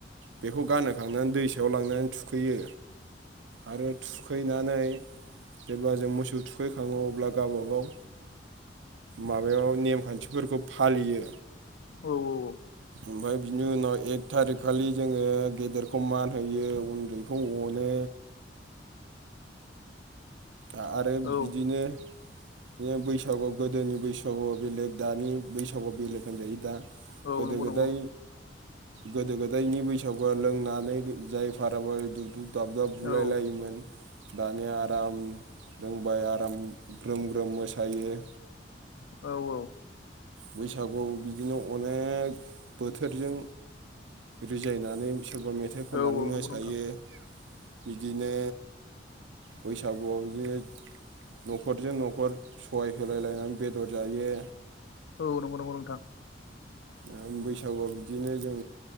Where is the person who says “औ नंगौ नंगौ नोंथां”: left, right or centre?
Left